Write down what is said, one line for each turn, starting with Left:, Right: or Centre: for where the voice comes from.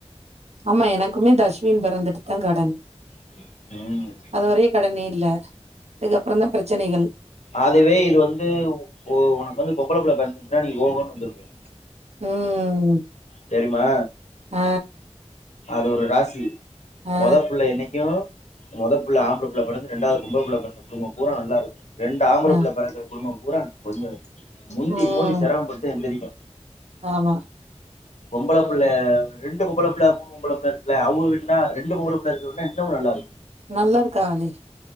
Right: ஆமா எனக்குமே தஸ்வின் பிறந்துட்டு தா கடன்
Left: ம்
Right: அதுவரையு கடனே இல்ல அதுக்கப்புறந் தா பிரச்சனைகள்
Left: அதுவே இது வந்து உனக்கு வந்து பொம்பளப்புள்ள பிறந்துச்சுன்னா நீ ஓஹோன்னு வந்திருப்ப
Right: ம்ம்ம்
Left: செரிம்மா
Right: ஆ
Left: அது ஒரு ராசி
Right: ஆ
Left: மொதப்புள்ள என்னைக்கு மொத புள்ள ஆம்பளை புள்ள புறந்து ரெண்டாவது பொம்பள புள்ள பிறந்த குடும்பம் பூரா நல்லா இருக்கு ரெண்டு ஆம்பள
Right: ஆ
Left: புள்ள பெறந்து குடும்பம் பூரா கொஞ்சோ முண்டி
Right: ம்
Left: மோதி சிரமம் பட்டு எந்தரிக்கு
Right: ஆமா
Left: பொம்பள புள்ள ரெண்டு பொம்பள புள்ளயாக்கு பொம்பளப்புள்ள இருக்குல அவுக வீட்ல ரெண்டு பொம்பள புள்ள இருக்குற வீட்ல இன்னமு நல்லா இருக்கு
Right: நல்லா ருக்கானே